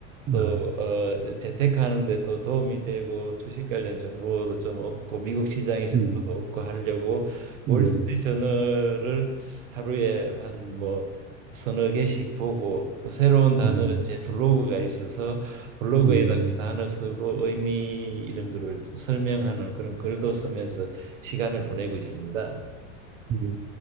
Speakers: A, on the right; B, on the right.
A: 또
B: 아,
A: 어, 재테크하는데 또 도움이 되고 주식 관련 정보도 좀 얻고 미국 시장의 정보도
B: 음,
A: 얻고 하려고 월스트리트
B: 예,
A: 저널을 하루에 한 뭐 서너 개씩 보고 또 새로운 단어를
B: 음,
A: 제 블로그가 있어서 블로그에다
B: 음,
A: 그 단어 쓰고 의미 이런 거를 설명하는 그런 글도 쓰면서 시간을 보내고 있습니다.
B: 음.